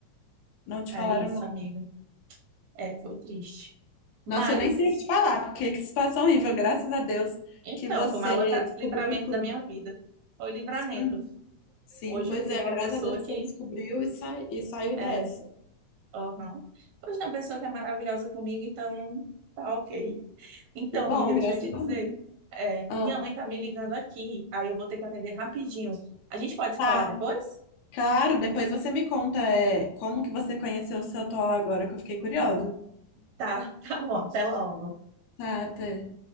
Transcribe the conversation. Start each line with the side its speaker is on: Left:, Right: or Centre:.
Left: não te
Right: é
Left: falaram
Right: isso,
Left: nada.
Right: amiga. É, foi triste. Mas,
Left: Nossa, eu nem sei o que te falar, porque que situação horrível. Graças a Deus
Right: então,
Left: que você
Right: foi o maior livra-
Left: descobriu
Right: livramento
Left: tudo.
Right: da minha vida. Foi livramento.
Left: Sim, sim,
Right: Hoje
Left: pois
Right: eu tenho
Left: é. Graças
Right: uma pessoa
Left: a Deus que
Right: que
Left: você descobriu e, sai, e saiu
Right: é,
Left: dessa.
Right: aham. Hoje tem uma pessoa que é maravilhosa comigo, então tá ok. Então,
Left: Que bom,
Right: amiga, deixa
Left: graças
Right: eu te dizer.
Left: a Deus.
Right: é,
Left: Ah,
Right: minha mãe tá me ligando aqui, aí eu vou ter que atender rapidinho. A gente pode se
Left: tá,
Right: falar depois?
Left: claro. Depois você me conta, é, como que você conheceu o seu atual agora, que eu fiquei curiosa.
Right: Tá, <laughs> tá bom, até logo.
Left: Tá, até.